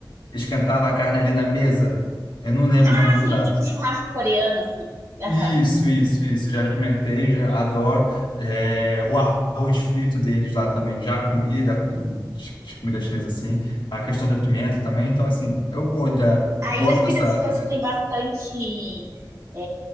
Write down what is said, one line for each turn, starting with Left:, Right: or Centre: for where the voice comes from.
Left: esquentava a carne ali na mesa. Eu não lembro
Right: Ah,
Left: o nome do
Right: sim,
Left: prato.
Right: é tipo churrasco coreano, assim. Aham.
Left: Isso, isso, isso. Já experimentei, já adoro. É, o arroz frito deles lá também, já comi, já comi ch- ch- comida chinesa assim. A questão da pimenta também. Então, assim, eu gosto, da,
Right: Aí
Left: gosto
Right: no Espírito
Left: dessa, dessa-
Right: Santo tem bastante é,